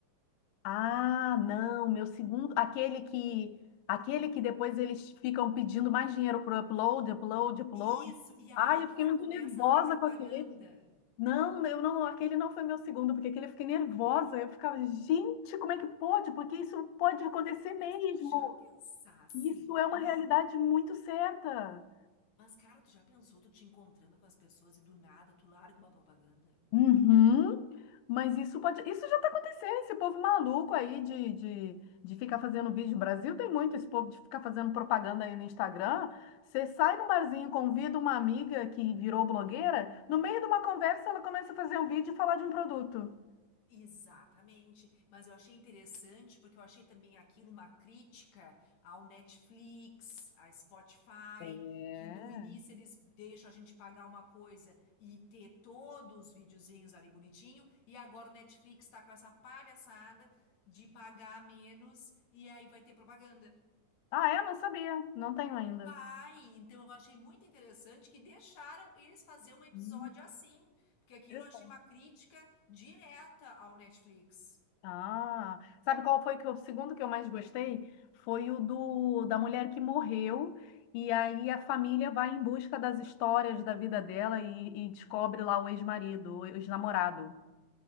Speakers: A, on the left; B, on the left.
A: Ah, não, meu segundo, aquele que aquele que depois eles ficam pedindo mais dinheiro pro upload, upload, upload.
B: Isso, e aí
A: Ai, eu
B: que
A: fiquei
B: ela
A: muito
B: começa
A: nervosa
B: a ter propaganda.
A: com aquele. Não, eu não, aquele não foi meu segundo, porque aquele eu fiquei nervosa. Eu ficava, gente, como é que pode? Porque isso pode acontecer mesmo.
B: Mas tu já pensasse,
A: Isso é uma
B: tu?
A: realidade muito certa.
B: Mas, cara, tu já pensou tu te encontrando com as pessoas e do nada tu larga uma propaganda?
A: Uhum. Mas isso pode, isso já está acontecendo, esse povo maluco aí de, de, de ficar fazendo vídeo. O Brasil tem muito esse povo de ficar fazendo propaganda aí no Instagram. Você sai num barzinho, convida uma amiga que virou blogueira, no meio de uma conversa ela começa a fazer um vídeo e falar de um produto.
B: Exatamente. Mas eu achei interessante porque eu achei também aquilo uma crítica ao Netflix, à Spotify,
A: É.
B: que no início eles deixam a gente pagar uma coisa e ter todos os videozinhos ali bonitinho, e agora o Netflix está com essa palhaçada de pagar menos e aí vai ter propaganda.
A: Ah, é? Não sabia. Não tenho ainda.
B: Vai! Então eu achei muito interessante que deixaram eles fazer um episódio
A: Hum,
B: assim, porque aquilo
A: Interessante.
B: eu achei uma crítica direta ao Netflix.
A: Ah, sabe qual foi que o segundo que eu mais gostei? Foi o do da mulher que morreu e aí a família vai em busca das histórias da vida dela e, e descobre lá o ex-marido, o ex-namorado.